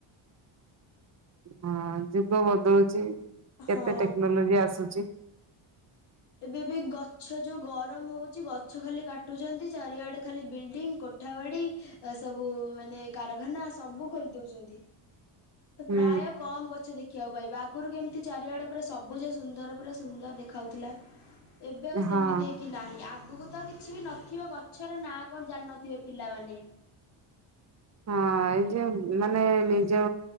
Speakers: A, on the right; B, on the left.
A: ହଁ ଯୁଗ ବଦଳୁଚି
B: ହଁ
A: କେତେ ଟେକ୍ନୋଲୋଜି ଆସୁଚି।
B: ଏବେ ବି ଗଛ ଯୋଉ ଗରମ ହୋଉଚି ଗଛ ଖାଲି କାଟୁଚନ୍ତି ଚାରିଆଡେ ଖାଲି ବିଲିଡିଂ କୋ ଠାବାଡି ସବୁ ମାନେ କାରଖାନା ସବୁ ଖୋଲି ଦୋଉଚନ୍ତି। ତ
A: ହୁଁ
B: ପ୍ରାୟ କମ ଗଛ ଦେ ଖିଵାକୁ ପାଇବା ଆଗରୁ କେମିତି ଚାରିଆଡ଼େ ପୁରା ସବୁଜ ସୁନ୍ଦର ପୁରା ସୁନ୍ଦର ଦେଖାଉଥିଲା। ଏବେ ଆଉ ସେମିତି
A: ହଁ।
B: ହେଇକି ନାହିଁ ଆଗୁକୁତ ଵି କିଛିବି ନଥିବ ଗଛର ନାଁ କଣ ଜାଣିନଥିବେ ପିଲାମାନେ
A: ହଁ ଏଇ ଯୋଉ ମାନେ ନିଜ